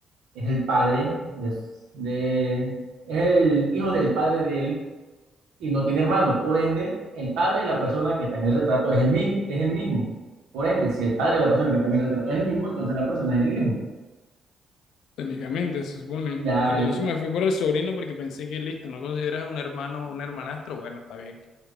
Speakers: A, on the right; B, on the left.
A: es el padre de, de- es el hijo del padre de él y no tiene hermano. Por ende, el padre de la persona que está en el retrato es el, mi- es el mismo. Por ende, si el padre de la persona que está en el retrato es el mismo, entonces la persona es el hijo.
B: Técnicamente, se supone.
A: Ya,
B: Al
A: ahí
B: inicio me fui por el sobrino porque pensé que listo, ¿No consideras un hermano o un hermanastro? Bueno, está bien.